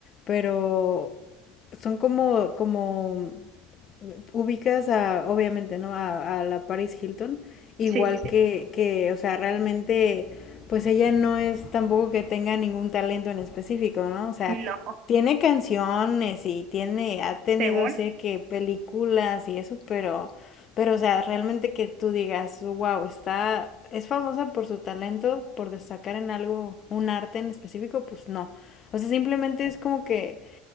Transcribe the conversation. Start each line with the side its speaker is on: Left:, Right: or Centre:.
Left: pero son como, como ubicas a, obviamente, ¿no? A, a la Paris Hilton, igual
Right: Sí, sí, sí.
Left: que, que, o sea, realmente, pues ella no es tampoco que tenga ningún talento en específico, ¿no? O sea,
Right: No,
Left: tiene canciones y tiene, ha tenido,
Right: según.
Left: sé que películas y eso, pero, pero, o sea, realmente que tú digas, wow, está, es famosa por su talento, por destacar en algo, un arte en específico, pues no. O sea, simplemente es como que